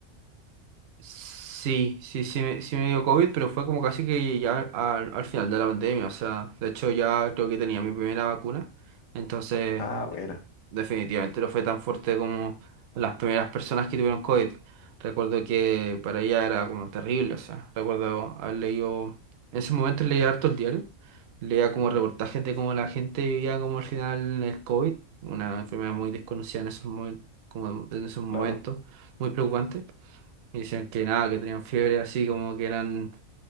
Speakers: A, on the right (about 65°); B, on the left (about 75°).
A: sí, sí, sí me, sí me dio COVID, pero fue como casi que ya al, al final de la pandemia. O sea, de hecho ya creo que tenía mi primera vacuna. Entonces,
B: Ah, buena,
A: Definitivamente no fue tan fuerte como las primeras personas que tuvieron COVID. Recuerdo que para ella era como terrible, o sea, recuerdo haber leído, en ese momento leía harto el diario, leía como reportajes de cómo la gente vivía como al final el COVID, una enfermedad muy desconocida en esos momentos, como en esos momentos,
B: claro,
A: muy preocupante. Y decían que nada, que tenían fiebre así como que eran